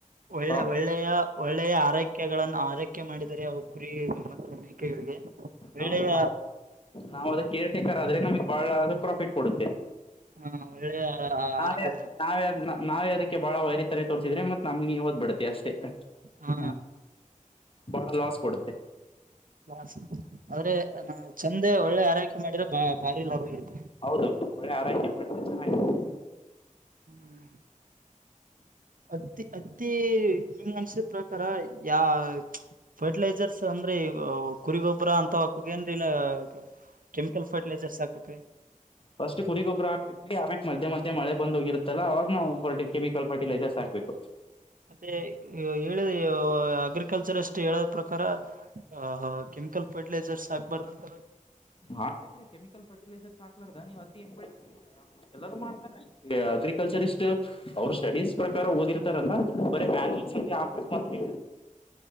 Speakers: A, on the right (about 85°); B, on the left (about 40°).
A: ಒಳ್ಳೆ
B: ಪ್ರಾಫಿಟ್
A: ಒಳ್ಳೆಯ ಒಳ್ಳೆಯ ಆರೈಕೆಗಳನ್ನು ಆರೈಕೆ ಮಾಡಿ <unintelligible> ದರೆ ಅವು ಕುರಿ ಮತ್ತೆ ಮೇಕೆಗಳಿಗೆ ವೇಳೆಯ
B: ನಾವು ನಾವು ಅದಕ್ ಕೇರ್ ಟೇಕರ್ ಆದ್ರೆ ನಮಗ್ ಬಹಳ ಪ್ರಾಫಿಟ್ ಕೊಡುತ್ತೆ.
A: ಹಾ ಒಳ್ಳೆಯ.
B: ನಾವೇ
A: ಆರೈಕೆ ಬರುತ್ತೆ
B: ನಾವೇ ನಾವೇ ಅದಕ್ಕೆ ಬಾಳ ವೈರಿತನೆ ತೋರ್ರಿಸಿದ್ರೆ ಮತ್ ನಮ್ಗೆ ಓದ್ಬ ಬಿಡತ. <unintelligible>
A: ಹ
B: ಬಾಳ ಲಾಸ್ ಕೊಡುತ್ತೆ.
A: ಹಾ ಆದ್ರೆ ನ ಚಂದೆ ಒಳ್ಳೆ ಆರೈಕೆ ಮಾಡಿದ್ರೆ ಬಾ ಭಾರಿ ಲಾಭ ಇರತ್ತದೆ.
B: ಹೌದೌದು ಒಳ್ಳೆ ಆರೈಕೆ ಮಾಡಿದ್ರೆ ಚೆನ್ನಾಗಿರುತ್ತೆ.
A: ಹ್ಮ ಅತ್ತಿ ಅ ಪ್ರತಿ ನಿಮ ಅನ್ಸಿದ ಪ್ರಕಾರ ಯಾ ಫರ್ಟಿಲೈಸರ್ಸ್ ಅಂದ್ರೆ ಕುರಿಗೊಬ್ಬರ ಅಂತ ಹಾಕಬೇಕ ಏನ್ರಿ ಇಲ್ಲ ಕೆಮಿಕಲ್ ಫರ್ಟಿಲೈಸರ್ಸ್ ಹಾಕ್ಬೇಕ್ರಿ
B: ಫಸ್ಟ್ ಕುರಿಗೊಬ್ಬರ ಹಾಕ್ಬೇಕ್ರಿ ಆಮ್ಯಕ್ ಮಜ್ ಮಧ್ಯೆ ಮಧ್ಯೆ ಮಳೆ ಬಂದೋಗಿರುತ್ತಲ್ಲ ಅವಾಗ ನಾವು ಫರ್ಟಿ ಕೆಮಿಕಲ್ ಫರ್ಟಿಲೈರ್ಸ್ ಹಾಕ್ಬೇಕು
A: ಮತ್ತೆ ಹೇಳ ಅಗ್ರಿಕಲ್ಚರ್ ಅಷ್ಟು ಹೇಳದ ಪ್ರಕಾರ ಹಾ ಹ ಕೆಮಿಕಲ್ ಫರ್ಟಿಲೈಜರ್ಸ ಹಾಕಬಾರದಂತರಲ್ಲ
B: ಹಾಕಬೇಕ್ರಿ ಕೆಮಿಕಲ್ ಫರ್ಟಿಲೈರ್ಸ್ ಹಾಕ್ಲಾರ್ದ ನೀವ್ ಹತ್ತಿ ಹೆಂಗ್ ಬೇಳಿತಿರ ಆಲ್ಮೋಸ್ಟ್ ಎಲ್ಲಾರ ಮಾಡ್ತಾರ ಅಗ್ರಿಕಲ್ಚರಿಸ್ಟ್ ಅವರು ಸ್ಟಡೀಸ್ ಪ್ರಕಾರ ಓದಿರ್ತಾರಲ್ಲ ಬರೆ ಮಾಲ್ಲಿಂದ ಹೇಳಿರತ್ತಾರಿ